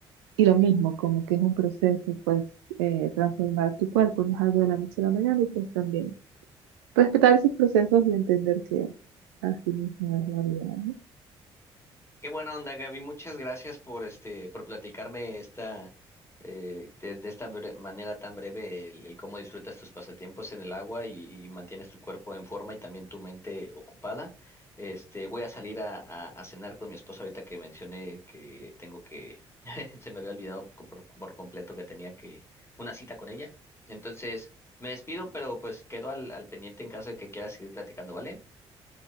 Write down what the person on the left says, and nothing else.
Qué buena onda, Gaby. Muchas gracias por este, por platicarme esta, eh, de, de esta bre- manera tan breve el, el cómo disfrutas tus pasatiempos en el agua y, y mantienes tu cuerpo en forma y también tu mente ocupada. Este, voy a salir a, a, a cenar con mi esposa ahorita que mencioné que tengo que, <laughs> se me había olvidado co- por, por completo que tenía que una cita con ella. Entonces, me despido, pero pues quedo al, al pendiente en caso de que quieras seguir platicando, ¿vale?